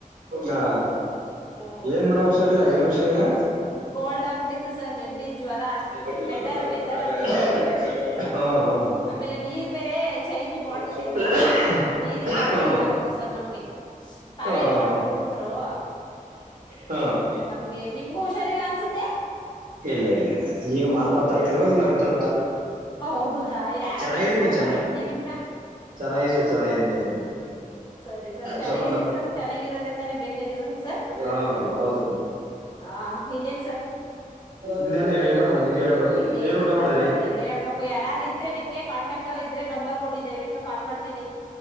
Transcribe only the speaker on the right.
ಹಾ
ಏನ್ ಮಾಡವು ಹಷಾರ ಇಲ್ಲ ಏನು ಹುಷಾರ ಇಲ್ಲ
ಅಲ್ಲಿ ಬಡ್ಡಿ
ಮಾತಾಡ್ಸಣ
ಆದ್ರೆ
ಹಾ ಹಾ
ಹಾ
ಹಾ
ಹಾ
ಹಾ
ಹಾ <inaudible>
ಇಲ್ಲ ಇಲ್ಲ ಇಲ್ಲ ಈಗ ಮಾತ್ ಮಾತಾತಿರ್ಬೇಕಾಗ ನತ್ತೆತ್ತು
ಚೆನ್ನಾಗಿದ್ದೀನಿ
ಚೆನ್ನಾಗಿದ್ದೀನಿ
ಚೆನ್ನಾಗಿದ್ದೀನಿ, ಚೆನ್ನಾಗಿದ್ದೀನಿ ಏನಿಲ್ಲ
ಸ್ವಲ್ಪ
ಹ ಮ ಹೌದು ಮೇಡಂ
ಇನ್ನೇನು ಹೇಳಿ ಮೇಡಮ್ ನೀವೆ ಹೇಳ್ಬೇಕು
ಏನು ಊಟ ಮಾಡಿದ್ರಿ